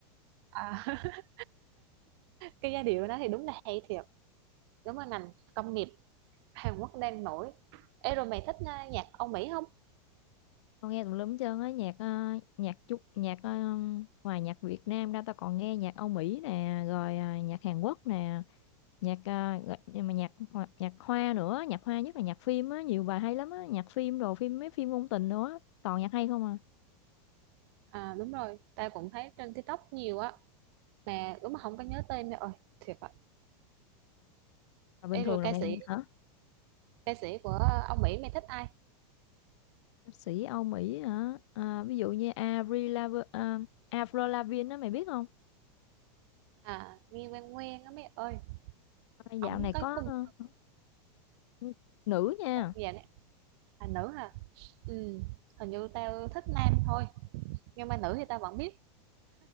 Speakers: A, on the right; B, on the left.
A: à <laughs> cái giai điệu đó thì đúng là hay thiệt đúng là ngành công nghiệp Hàn Quốc đang nổi Ê rồi mày thích à, nhạc Âu Mỹ không
B: tao nghe tùm lum hết trơn á nhạc ờ, nhạc chút nhạc ờ, ngoài nhạc Việt Nam ra tao còn nghe nhạc Âu Mỹ nè rồi ờ, nhạc Hàn Quốc nè nhạc à, gọi- nhưng mà nhạc hoa- nhạc hoa nữa nhạc hoa nhất là nhạc phim á nhiều bài hay lắm á nhạc phim đồ phim mấy phim ngôn tình nữa toàn nhạc hay không à
A: à đúng rồi tao cũng thấy trên TikTok nhiều á mà đúng mà không có nhớ tên mày ơi thiệt ạ
B: mà bình
A: Ê
B: thường
A: rồi
B: là
A: ca
B: mày
A: sĩ
B: hả
A: ca sĩ của Âu Mỹ mày thích ai
B: ca sĩ Âu Mỹ hả à, ví dụ như Avril Lav à, Avril Lavigne đó mày biết không
A: à Nghi Quan Nguyên á mày ơi
B: À, dạo
A: ổng
B: này
A: có
B: có
A: cung
B: ờ, n- nữ nha
A: sao vậy nè à nữ hả ừ hình như tao thích nam thôi nhưng mà nữ thì tao vẫn biết